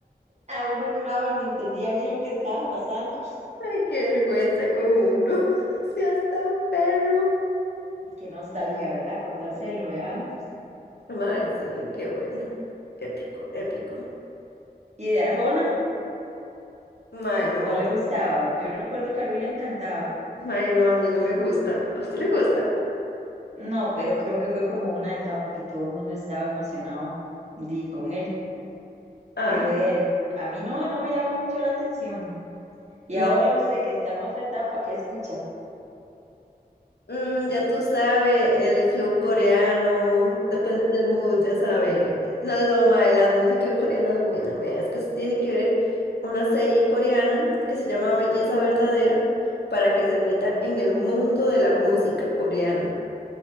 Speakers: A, on the right (about 45°); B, on the left (about 90°).
A: A uno lloraba y ni entendía bien lo que estaba pasando.
B: Ay, qué vergüenza con uno. <laughs> Seas tan perro.
A: Qué nostalgia, ¿verdad? Acordarse de lo de antes.
B: Mae, sí, qué bueno. Épico, épico.
A: Y de Arjona,
B: Mae, no.
A: no le gustaba. Yo recuerdo que a Rui le encantaba.
B: Ay, no, a mí no me gusta. ¿A usted le gusta?
A: No, pero creo que fue como una etapa que todo el mundo estaba emocionado di, con él.
B: Ajá.
A: Pero de ahí, a mí no, no me llamó mucho la atención. Y
B: No,
A: ahora usted que está en otra etapa, ¿qué escucha?
B: mm, ya tú sabes, el flow coreano, depende del mood, ya sabe. No, no, mae, la música coreana es buena. Vea, es que usted tiene que ver una serie coreana que se llama Belleza Verdadera para que se meta en el mundo de la música coreana.